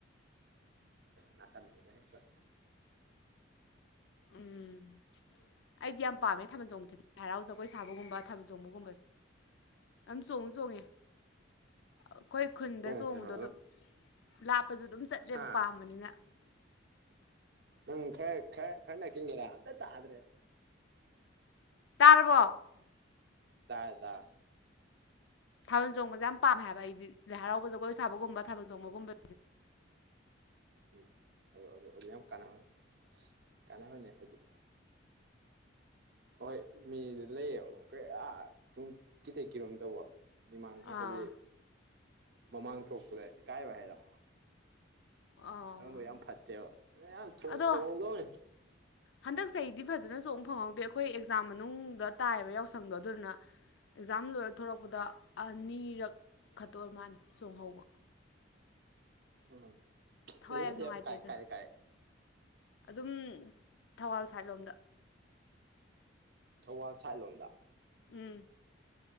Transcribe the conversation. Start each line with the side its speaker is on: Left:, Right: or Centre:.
Right: ꯅꯥꯀꯥꯟꯗꯨꯗ ꯍꯦꯛꯇ
Left: ꯎꯝ ꯑꯩꯗꯤ ꯌꯥꯝ ꯄꯥꯝꯃꯦ ꯊꯥꯕꯜ ꯆꯣꯡꯕꯁꯤ ꯂꯥꯏ ꯍꯔꯥꯎ ꯖꯒꯣꯏ ꯁꯥꯕꯒꯨꯝꯕ ꯊꯥꯕꯜ ꯆꯣꯡꯕꯒꯨꯝꯕꯁ꯫ ꯑꯝ ꯆꯣꯡ ꯆꯣꯡꯉꯦ꯫ ꯑꯩꯈꯣꯏ ꯈꯨꯟꯗ
Right: ꯆꯣꯡꯉꯨ
Left: ꯆꯣꯡꯕꯗꯣ
Right: ꯀꯩꯅꯣ
Left: ꯑꯗꯨꯝ ꯂꯥꯞꯄꯁꯨ ꯑꯗꯨꯝ ꯆꯠꯂꯦꯕ
Right: ꯍꯥ
Left: ꯄꯥꯝꯕꯅꯤꯅ
Right: ꯎꯝ ꯈꯦ ꯈ ꯈ ꯀꯒꯦꯔ ꯑꯗ ꯇ꯭ꯔꯦ
Left: ꯇꯥꯔꯕꯣ
Right: ꯇꯥꯖꯥ <unintelligible>
Left: ꯊꯥꯕꯜ ꯆꯣꯡꯕꯁꯦ ꯌꯥꯝ ꯄꯥꯝꯃꯦ ꯍꯥꯏꯕ ꯑꯩꯗꯤ ꯂꯥꯏ ꯍꯔꯥꯎꯕ ꯖꯒꯣꯏ ꯁꯥꯕꯒꯨꯝꯕ ꯊꯥꯕꯜ ꯆꯣꯡꯕꯒꯨꯝꯕ
Right: ꯎꯝ ꯑꯗꯨ ꯑꯗꯨ ꯑꯗꯨ ꯌꯥꯝ ꯀꯥꯟꯅꯕꯅꯦ ꯀꯥꯟꯅꯕꯅꯦ ꯑꯗꯨ꯫ ꯑꯍꯣꯏ ꯃꯤꯗꯨ ꯂꯩꯌꯦꯕ ꯀꯌꯥ ꯑꯗꯨꯨꯡ ꯀꯤꯊꯦꯛ ꯀꯤꯔꯣꯝ ꯇꯧꯕ ꯃꯤꯃꯥꯡ
Left: ꯑꯥ
Right: ꯍꯥꯏꯗꯤ ꯃꯃꯥꯡ ꯊꯣꯛꯄꯗ ꯏꯀꯥꯏꯕ ꯍꯥꯏꯔꯣ
Left: ꯑꯥ
Right: ꯑꯗꯨꯝꯕꯗꯤ ꯌꯥꯝ ꯐꯠꯇꯦꯕ ꯌꯥꯝ
Left: ꯑꯗꯣ
Right: ꯊꯍꯧꯗꯧꯅꯤ
Left: ꯍꯟꯗꯛ ꯆꯍꯤꯗꯤ ꯐꯖꯅꯆꯣꯡ ꯐꯪꯍꯧꯗꯦ ꯑꯩꯈꯣꯏ ꯑꯦꯛꯖꯥꯝ ꯃꯅꯨꯡꯗ ꯇꯥꯏꯑꯕ ꯌꯥꯎꯁꯪꯗꯣ ꯑꯗꯨꯗꯨꯅ ꯑꯦꯛꯖꯥꯝ ꯂꯣꯏꯔ ꯊꯣꯔꯛꯄꯗ ꯑꯅꯤꯔꯛ ꯈꯠꯇ ꯑꯣꯏ ꯃꯥꯟꯅꯦ ꯆꯣꯡꯍꯧꯕ꯫
Right: ꯑ
Left: ꯊꯋꯥꯏ
Right: ꯏꯂꯥꯕꯦꯟ
Left: ꯌꯥꯝ
Right: ꯇꯨꯌꯦꯜꯚ
Left: ꯅꯨꯡꯉꯥꯏꯇꯦ
Right: ꯀꯥꯏ
Left: ꯑꯗꯨꯅ
Right: ꯀꯥꯏꯗꯩ ꯀꯥꯔꯦꯛ
Left: ꯑꯗꯨꯝ ꯊꯧꯕꯥꯜ ꯁꯥꯏꯠ ꯂꯣꯝꯗ꯫
Right: ꯊꯧꯕꯥꯜ ꯁꯥꯏꯠꯂꯣꯝꯗ
Left: ꯎꯝ